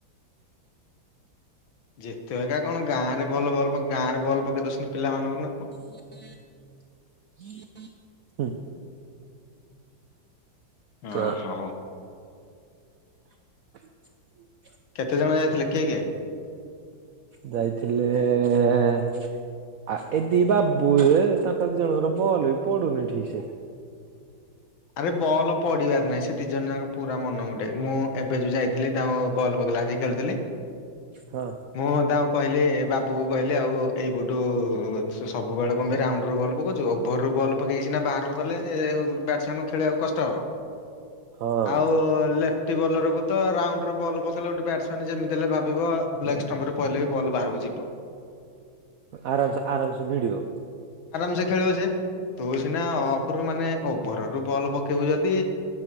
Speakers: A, on the left (about 80°); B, on the right (about 75°).
A: ଯେତେ ଜାଗା କଣ ଗାଁ ରେ ଭଲ ଭଲ ଗାଁରେ ବଲ ପକେଇ ଦଉଛନ୍ତି ପିଲମାନଙ୍କୁ ନା? ଆଉ।
B: <inaudible> ହୁଁ
A: ଅ ହୋ।
B: <unintelligible>
A: କେତେ ଜଣ ଯାଇଥିଲେ କିଏ କିଏ?
B: ଯାଇଥିଲେ <unintelligible> ତାଙ୍କ ଦି ଜଣଙ୍କର ବଲ ବି ପଡୁନି ଠିକ ସେ।
A: ଆରେ ବଲ୍ ପଡିବାର ନାହିଁ ସେ ଦି ଜଣ ଯାକ ପୁରା ମନ ମଟିଆ ମୁଁ ଏବେ ଯୋଉ ଯାଇଥିଲି ତାଙ୍କୁ ବଲ ପକେଇଲା ଆସିକି ଖେଳୁଥିଲି
B: ହଁ
A: ମୁଁ ତାଉ କହିଲେ ବାବୁକୁ କହିଲି ଆଉ ଏଇପଟୁ ସବୁବେଳେ କଣ ପାଇଁ ରାଉଣ୍ଡରୁୁ ବଲ୍ ପକାଉଛୁ ଓଭରରୁୁ ବଲ୍ ପକେଇ ସିନା ବାହାରକୁ କଲେ ବ୍ୟାଟସମ୍ୟାନ୍ ଖେଳିବାକୁ କଷ୍ଟ ହବ?
B: ହଁ
A: ଆଉ ଲେ ବଲରକୁ ତ ରାଉଣ୍ଡର ବଲ୍ ପକେଇଲେ ଗୋଟେ ବ୍ୟାଟ୍ସମ୍ୟାନ୍ ଯେମିତି ହେଲେ ଭାବିବ ଲେଗ୍ ଷ୍ଟମ୍ପରେ ପହିଲେ ବି ବଲ୍ ବାହାରକୁ ଯିବ
B: ଆରାମ ସେ ଆରାମ ସେ ଭିଡିଓ
A: ଆରାମ ସେ ଖେଳିବ ସେ ତୁ ସିନା ଅଫ ରୁ ମାନେ ଓଭର ବଲ ପକେଇବୁ ଯଦି